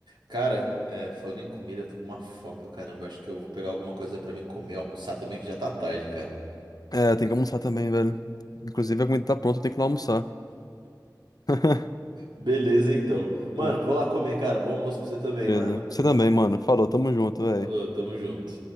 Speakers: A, on the right; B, on the left.
A: Cara, é, falando em comida, eu tô com uma fome do caramba. Eu acho que eu vou pegar alguma coisa pra mim comer, almoçar também, que já tá tarde, cara.
B: É, tem que almoçar também, velho. Inclusive, a comida tá pronta, eu tenho que ir lá almoçar. <laughs>
A: Beleza, então. Mano,
B: Bom,
A: vou lá comer, cara. Bom almoço pra você também,
B: beleza.
A: mano.
B: Você também, mano. Falou, tamo junto, velho.
A: Falou, tamo junto.